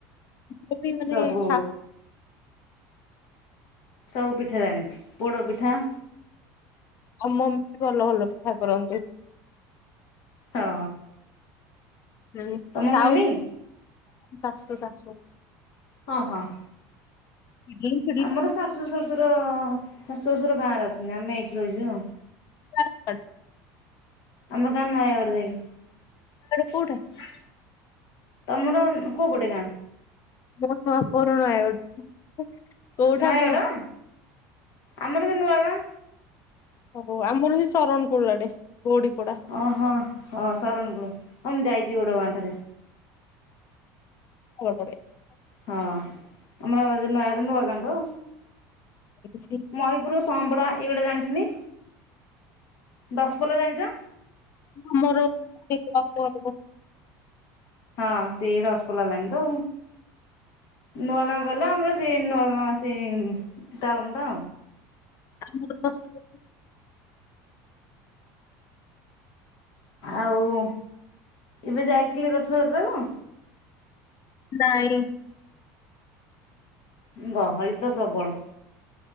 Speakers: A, on the left (about 40°); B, on the left (about 60°).
A: ମୁବି ମାନେ
B: ସବୁ
A: ଶା
B: ସବୁ ପିଠା ଜାଣିଚି ପୋଡ଼ ପିଠା
A: ଆଉ ମମିବି ଭଲ ଭଲ ପିଠା କରନ୍ତି।
B: ହଁ।
A: ହୁଁ
B: ତମ
A: ସାଉ
B: ମମି?
A: ଶାଶୁ ଶାଶୁ।
B: ହଁ ହଁ।
A: <unintelligible>
B: ଆମର ଶାଶୁ ଶ୍ୱଶୁର ଶାଶୁ ଶଶୁର ଗାଁରେ ଅଛନ୍ତି ଆମେ ଏଇଠି ରହିଚୁ ଆଉ।
A: <unintelligible>
B: ଆମ ଗାଁ ନୟାଗଡ଼ ଯାଇକି।
A: କୋଉଠା?
B: ତମର କୋଉପଟେ ଗାଁ?
A: ମୋରତ ବାପଘର ନୟାଗଡ଼। କୋଉଠା
B: ନୟାଗଡ଼
A: ଆପଣ
B: ଆମରତ ନୂଆଗାଁ।
A: ଓ ଆମରସେ ଶରଣକୁଡ଼ୁ ଆଡ଼େ ଗଡ଼ି ପଡ଼ା।
B: ଓ ହଁ ହଁ ଶରଣକୁଳୁ ହଁ ମୁଁ ଯାଇଚି ବୋଡ଼ ବାନ୍ଥରେ।
A: ମୁଁ ଏପଟେ
B: ହଁ ଆମର ଯେଉ ନୟାଗଡ଼ ନୂଆ ଗାଁତ।
A: <unintelligible>
B: ମୟୂପୁର ସମ୍ପଡ଼ା ଏଇଗୁଡ଼ା ଜାଣିଚନ୍ତି ଦଶପଲ୍ଲା ଜାଣିଚ।
A: ଆମର <unintelligible>
B: ହଁ ସେଇ ରସପୋଲା ଲାଇନିତ ନୂଆ ଗାଁ କହିଲେ ଆମର ସେ ନୂଆଗାଁ ସେ ଟାଉନ୍ ଟା
A: ଆମର ବ <unintelligible>
B: ଆଉ ଏବେ ଯାଇଥିଲି ରଥଯାତ୍ରା କୁ
A: ନାଇଁ
B: ଗହଳି ତ ପ୍ରବଳ।